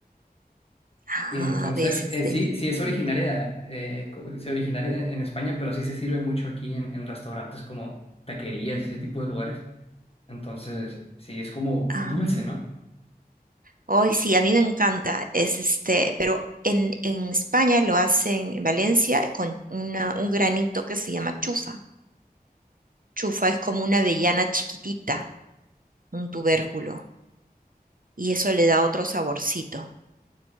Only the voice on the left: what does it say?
Y entonces,
eh, sí,
sí es originaria, eh, co- es originaria en, en España, pero sí se sirve mucho aquí en, en restaurantes como taquerías, y ese tipo de lugares. Entonces, sí, es como
dulce, ¿no?